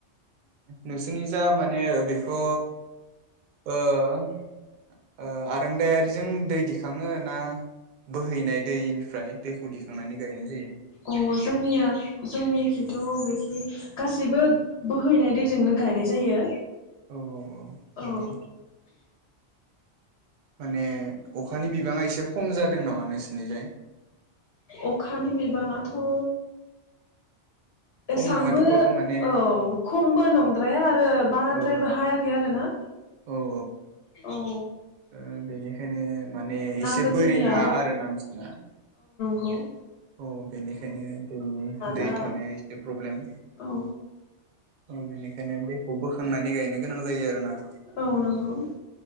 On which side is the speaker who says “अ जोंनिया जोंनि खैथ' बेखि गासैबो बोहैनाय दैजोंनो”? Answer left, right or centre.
Left